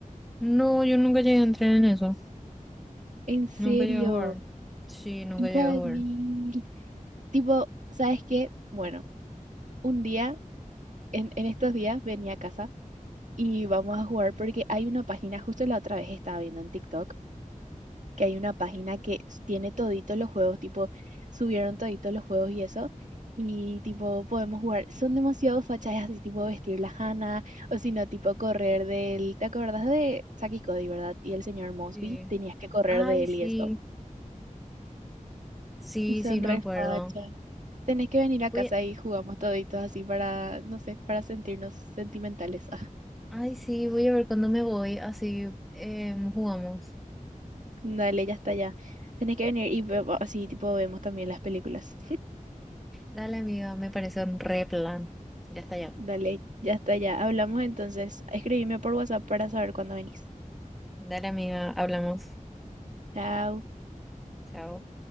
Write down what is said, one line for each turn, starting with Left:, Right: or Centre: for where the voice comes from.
Centre: No, yo nunca llegué a entrar en eso.
Right: En serio,
Centre: Nunca llegué a jugar. Sí, nunca
Right: hija
Centre: llegué a
Right: de
Centre: jugar.
Right: mil. Tipo, ¿sabes qué? Bueno, un día, en, en estos días venía a casa y vamos a jugar porque hay una página, justo la otra vez estaba viendo en TikTok que hay una página que tiene toditos los juegos, tipo, subieron toditos los juegos y eso. Y tipo, podemos jugar. Son demasiado fachas así, tipo vestir la Hannah, o si no, tipo correr del. ¿Te acordás de Saki Cody, verdad? Y el señor Mosby,
Centre: Sí.
Right: tenías que correr
Centre: Ay,
Right: de él
Centre: sí.
Right: y eso.
Centre: Sí,
Right: Y son
Centre: sí, me
Right: re
Centre: acuerdo.
Right: fachas. Tenés que venir a casa
Centre: Voy
Right: y jugamos toditos así para, no sé, para sentirnos sentimentales. Ah,
Centre: Ay, sí, voy a ver cuando me voy. Así eh, jugamos.
Right: dale, ya está ya. Tenés que venir y ve- así, tipo, vemos también las películas.
Centre: Dale, amiga, me parece un re plan. Ya está ya.
Right: Dale, ya está, ya. Hablamos entonces. Escribime por WhatsApp para saber cuándo venís.
Centre: Dale, amiga, hablamos.
Right: Chao.
Centre: Chao.